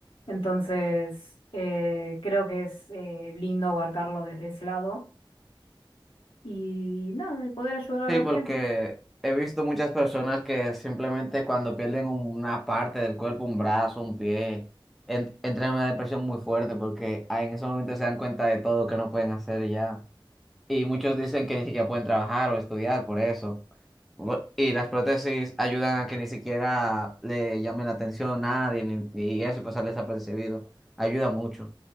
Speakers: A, on the left; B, in the centre.
A: Entonces, eh, creo que es eh, lindo abarcarlo desde ese lado. Y nada, el poder ayudar a
B: Sí,
A: la
B: porque
A: gente.
B: he visto muchas personas que simplemente cuando pierden una parte del cuerpo, un brazo, un pie, en- entran en una depresión muy fuerte porque ah, en ese momento se dan cuenta de todo que no pueden hacer y ya. Y muchos dicen que ni siquiera pueden trabajar o estudiar por eso. Bu- Y las prótesis ayudan a que ni siquiera le llamen la atención a nadie ni- y eso y pasar desapercibido. Ayuda mucho.